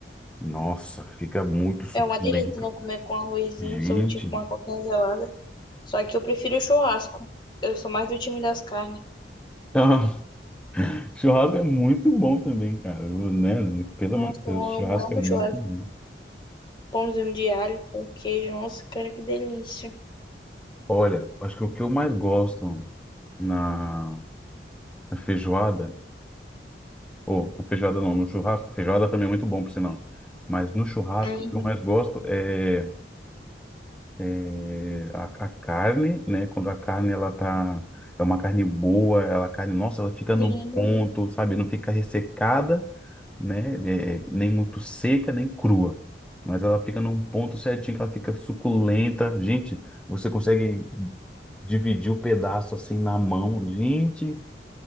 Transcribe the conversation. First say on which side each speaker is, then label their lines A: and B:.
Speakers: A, in the centre; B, on the left.
A: Nossa, fica muito suculento.
B: é uma delícia, né? Comer com arrozinho,
A: Gente,
B: soltinho com uma coquinha gelada. Só que eu prefiro o churrasco. Eu sou mais do time das carnes.
A: <laughs> churrasco é muito bom também, cara, né? Pelo
B: Nossa,
A: amor de
B: eu
A: Deus,
B: amo,
A: churrasco
B: amo
A: é muito
B: churrasco.
A: bom.
B: Pãozinho de alho com queijo. Nossa, cara, que delícia.
A: Olha, acho que o que eu mais gosto na na feijoada Ou na feijoada não, no churrasco. Feijoada também é muito bom, por sinal. Mas no churrasco,
B: Uhum.
A: o que eu mais gosto é, é a, a carne, né? Quando a carne, ela tá... É uma carne boa, ela, a carne, nossa, ela fica no
B: Sim.
A: ponto, sabe? Não fica ressecada, né? é, é, nem muito seca, nem crua. Mas ela fica num ponto certinho, que ela fica suculenta. Gente, você consegue dividir o pedaço assim na mão. Gente,